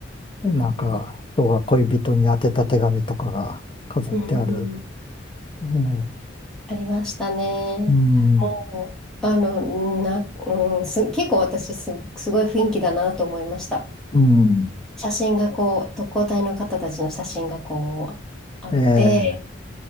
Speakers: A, on the left; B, in the centre.
A: なんか、
B: うん
A: 人が恋人に宛てた手紙とかが飾ってある。
B: うん、うん
A: ね、
B: ありましたね。
A: うん。
B: もう、あの、な、うん、す、結構私す、すごい雰囲気だなと思いました。
A: うん。
B: 写真がこう、特攻隊の方たちの写真がこう、あって、
A: ええ